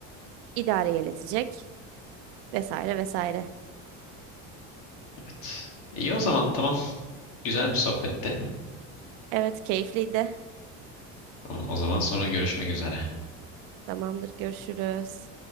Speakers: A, on the right (about 75°); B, on the left (about 65°).
A: idareye iletecek vesaire vesaire.
B: Evet. İyi o zaman tamam. Güzel bir sohbetti.
A: Evet keyifliydi.
B: Tamam, o zaman sonra görüşmek üzere.
A: Tamamdır görüşürüz.